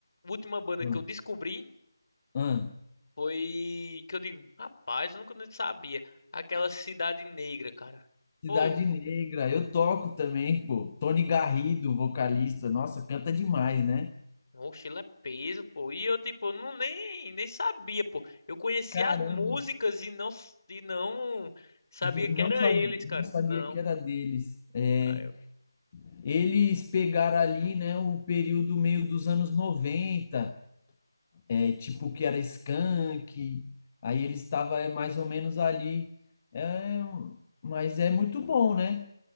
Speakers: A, on the left (about 50°); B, on the left (about 25°).
A: última banda
B: Ah,
A: que eu descobri?
B: ah,
A: Foi que eu digo, rapaz, eu nunca nem sabia. Aquela Cidade Negra, cara.
B: Cidade
A: Pô,
B: Negra, eu toco também, pô. Tony Garrido, vocalista, nossa, canta demais, né?
A: Mochila é peso, pô. E eu, tipo, não nem, nem sabia, pô. Eu conhecia
B: Caramba,
A: as músicas e não, e não sabia
B: e
A: que
B: não,
A: era
B: sabe,
A: eles, cara.
B: não sabia
A: Não.
B: que era deles. É,
A: Aí eu
B: eles pegaram ali, né, o período meio dos anos 90, é, tipo que era Skank, aí eles estavam mais ou menos ali. É, mas é muito bom, né?